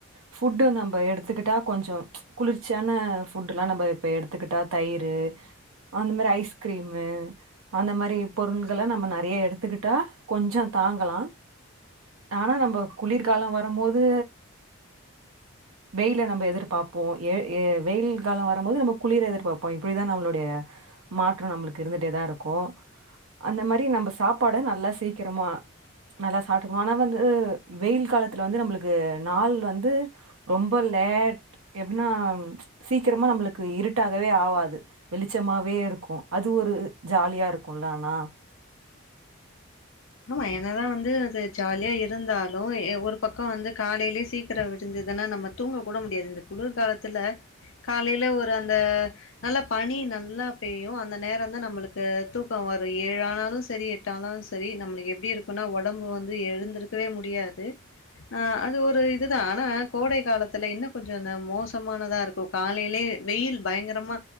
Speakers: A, on the right; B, on the left.
A: ஃபுட்டு நம்ம எடுத்துக்கிட்டா கொஞ்ச குளிர்ச்சியான ஃபுட் எல்லா நம்ம இப்ப எடுத்துக்கிட்டா தயிர் டு அந்த மாரி ஐஸ்கிரீமு அந்த மாரி பொருள்கள நம்ம நெறைய எடுத்துக்கிட்டா கொஞ்ச தாங்கலா ஆனா நம்ம குளிர்காலம் வரும்போது வெயில நம்ம எதிர்பாப்போம் எ ஏ வெயில் காலம் வரும்போது நம்ம குளிர எதிர்பாப்போம் இப்படிதான் நம்மளுடைய மாற்றம் நம்மளுக் இருந்துட்டே தா ருக்கும் அந்த மாரி நம்ம சாப்பாட நல்லா சீக்கிரமா நல்லா சாப்டுக்கும் ஆனா வந்து வெயில் காலத்துல வந்து நம்மளுக் நாள் வந்து ரொம்ப லேட் எப்புன்னா சீக்கிரமா நம்மளுக் இருட்டாகவே ஆவாது வெளிச்சமாவே இருக்கும் அது ஒரு ஜாலியா இருக்கும்ல ஆனா
B: ஆமா என்னதான் வந்து அது ஜாலியா இருந்தாலும் ஒரு பக்கம் வந்து காலையிலயே சீக்கிரம் விடிஞ்சதுன்னா நம்ம தூங்க கூட முடியாது இந்த குளிர் காாலத்துல காலேல ஒரு அந்த நல்லா பனி நல்லா பெய்யும் அந்த நேரம்தான் நம்மளுக்கு தூக்கம் வரும் ஏழு ஆனாலும் சரி டானாலும் சரி நம்மளுக்கு எப்டி இருக்குனா ஒடம்பு வந்து எழுந்திருக்கவே முடியாது ஆ அது ஒரு இதுதான் ஆனா கோடை காலத்துல இன்னும் கொஞ்ச மோசமான தாருக்கும் காலேலயே வெயில் பயங்கரமா